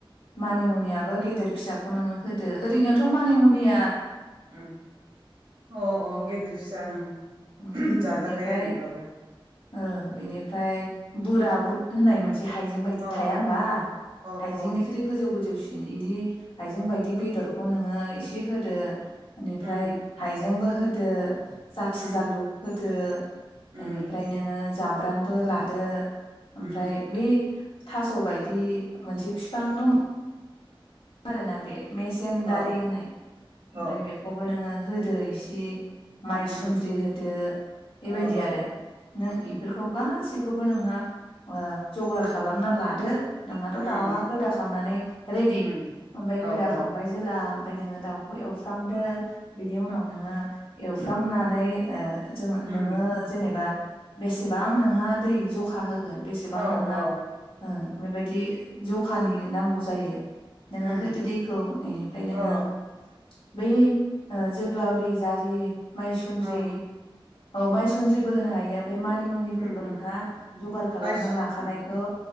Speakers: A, on the left; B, on the right.
A: मानिमुनियाबो गेदेर फिसाखौ नोङो होदो ओरैनोथ' मानिमुनिया
B: उम अ अ गेदेर फिसा
A: ओं
B: उम
A: ओम
B: जाजाखायो
A: बेनिफ्राय
B: ओरैनोबाबो
A: ओ एनिफ्राय बोरा उद होननाय मोनसे बिदि हाइजें बायदि
B: अ
A: थाया होनबा
B: अ
A: हाइजेंनिख्रुइ
B: अ
A: गोजौ गोजौसि इनि हायजें बायदि बेदरखौ नोङो इसे होदो ओनिफ्राय
B: उम
A: हाइजेंबो हो दो जाथि
B: उम
A: जालु दो
B: उम
A: एनिफ्राय नोङो जाब ब्रांबो लादो ओमफ्राय
B: उम
A: बै थास' बायदि मोनसे फिफां दङ आरो ना बेे मेसेन
B: अ
A: दारि होनाय
B: अ
A: ओमफ्राय बेखौबो नोङो होदो इसे माइ
B: अ
A: सुन्द्रि होदो बेबायदि
B: अ अ
A: आरो नों
B: उम
A: बेफोरखौ गासिबो खौबो नोंहा ओ जगार खालामना लादो नोंहाथ'
B: उम
A: दाउआ गोदाखांनानै रेडि
B: उम
A: ओमफाय
B: अ
A: गोदाखांबाय
B: अ
A: जेला ओमफफ्राय नोङो दाउखौ एवफ्रामदो बिनि उनाव नोङो एवफ्रामनानै ओ जोंङो
B: उम
A: नोङो जेनेबा बेसेबां नोंहा दै जखा हो गोन बेसेबां
B: अ
A: नोंहा
B: अ
A: ओं बेबायदि जखानि नांगौ जायो नोङो
B: उम
A: होदो दैखौ इनिफ्राय नोङो
B: अ
A: बै ओ जोगोलावरि जारि मायसुन्द्रि
B: औ
A: औ माइसुन्द्रि बो होनो हायो ओमफाय मानि मुनिफोरखौ
B: उम
A: नोंहा
B: उम
A: जगार खालामना
B: माइस
A: लाखानायखौ
B: उम